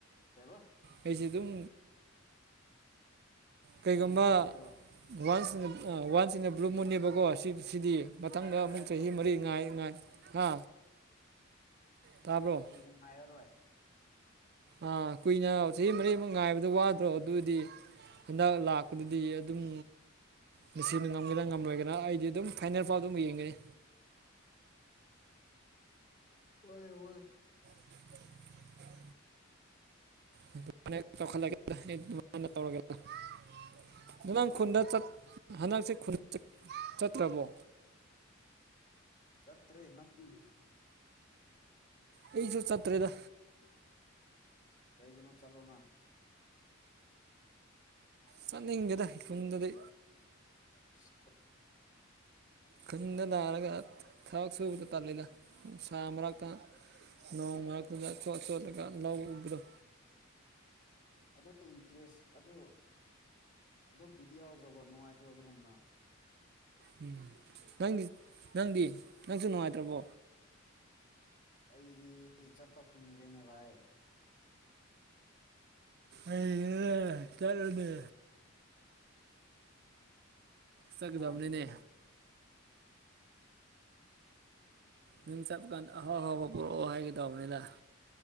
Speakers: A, on the left; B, on the right.
A: ꯀꯩꯕ
B: ꯑꯩꯁꯨ ꯑꯗꯨꯝ ꯀꯩꯒꯨꯝꯕ
A: ꯀꯨꯏꯅ ꯉꯥꯏꯔꯣꯏꯕ
B: ꯋꯥꯟꯁꯤꯡ ꯋꯥꯟꯁ ꯏꯟ ꯑ ꯕ꯭ꯂꯨ ꯃꯨꯟ ꯅꯦꯕꯀꯣ ꯑꯁꯤ ꯁꯤꯗꯤ
A: ꯀꯨꯏꯅ
B: ꯃꯊꯪꯗ
A: ꯉꯥꯏꯔꯣꯏ
B: ꯑꯃꯨꯛ
A: ꯍꯥꯏꯔꯣ
B: ꯆꯍꯤ ꯃꯔꯤ ꯉꯥꯏ ꯉꯥꯏ ꯍꯥ ꯇꯥꯕ꯭ꯔꯣ
A: ꯀꯨꯏꯅ ꯉꯥꯏꯔꯔꯣꯏ
B: ꯑꯥ ꯀꯨꯏꯅ ꯆꯍꯤ ꯃꯔꯤꯃꯨꯛ ꯉꯥꯏꯕꯗ ꯋꯥꯗ꯭ꯔꯣ ꯑꯗꯨꯑꯣꯏꯗꯤ ꯍꯟꯗꯛ ꯂꯥꯛꯄꯗꯗꯤ ꯑꯗꯨꯝ ꯃ‌ꯦꯁꯤꯅ ꯉꯝꯒꯦꯔꯥ ꯉꯝꯂꯣꯏꯒ‌ꯦꯔꯥ ꯑꯩꯗꯤ ꯑꯗꯨꯝ ꯐꯥꯏꯅꯦꯜ ꯐꯥꯎ ꯑꯗꯨꯝ ꯌꯦꯡꯒꯅꯤ
A: <unintelligible>
B: <unintelligible> <unintelligible> ꯅꯪ
A: ꯀꯩꯕ
B: ꯈꯨꯟꯗ ꯆꯠ ꯍꯟꯗꯛꯁꯦ ꯈꯨ ꯆꯠꯇ꯭ꯔꯕꯣ
A: ꯆꯠꯇ꯭ꯔꯦ ꯅꯪꯗꯤ
B: ꯑꯩꯁꯨ ꯆꯠꯇ꯭ꯔꯦꯗ
A: ꯀꯩꯒꯤꯅꯣ ꯆꯠꯂꯣꯅ
B: ꯆꯠꯅꯤꯡꯗ‌ꯦꯗ ꯈꯨꯟꯗꯗꯤ
A: ꯏꯁ
B: ꯈꯨꯟꯗ ꯅꯥꯔꯒ ꯊꯕꯛ ꯁꯨꯕꯗ ꯇꯥꯜꯂꯤꯗ ꯅꯨꯡꯁꯥ ꯃꯔꯛꯇ ꯅ‌ꯣꯡ ꯃꯔꯛꯇꯨꯗ ꯆ‌ꯣꯠ ꯆ‌ꯣꯠꯂꯒ ꯂꯧ ꯎꯕꯗ‌ꯣ
A: ꯑꯗꯨ ꯏꯟꯇꯔꯦꯁ ꯑꯗꯨ ꯑꯗꯨ ꯕꯤꯠ ꯌꯥꯎꯗ꯭ꯔꯣꯕꯣ ꯅꯨꯡꯉꯥꯏꯇ꯭ꯔꯣ ꯑꯗꯨꯒꯨꯝꯅ
B: ꯎꯝ ꯅꯪꯗꯤ ꯅꯪꯗꯤ ꯅꯪꯁꯨ ꯅꯨꯡꯉꯥꯏꯇ꯭ꯔꯕꯣ
A: ꯑꯩꯗꯤ ꯆꯠꯄ ꯐꯪꯗ꯭ꯔꯦꯅꯦ ꯚꯥꯏ
B: ꯑꯩ ꯑ ꯇꯠꯂꯅꯤ ꯆꯠꯀꯗꯕꯅꯤꯅꯦ
A: ꯀꯃꯥꯏꯅ ꯆꯠꯇꯣꯏꯕ
B: ꯅꯪ ꯆꯠꯄ ꯀꯥꯟꯗ ꯑꯍꯥꯎ ꯑꯍꯥꯎꯕ ꯄꯨꯔꯛꯑꯣ ꯍꯥꯏꯒꯦ ꯇꯧꯕꯅꯤꯗ